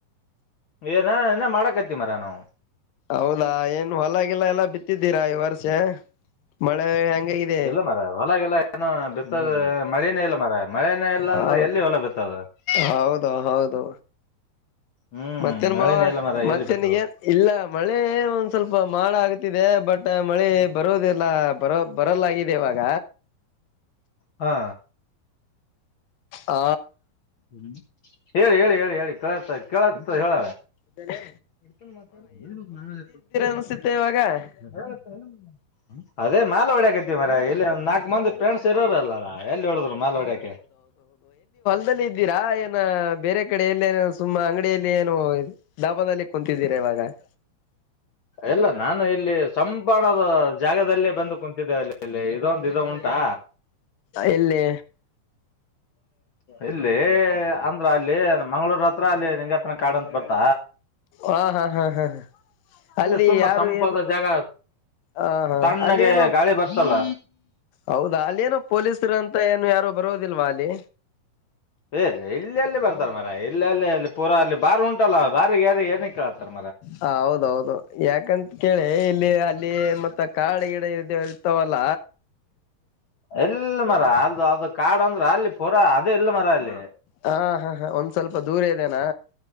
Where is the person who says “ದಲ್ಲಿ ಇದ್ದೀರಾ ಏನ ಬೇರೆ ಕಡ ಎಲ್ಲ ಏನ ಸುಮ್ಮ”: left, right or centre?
Left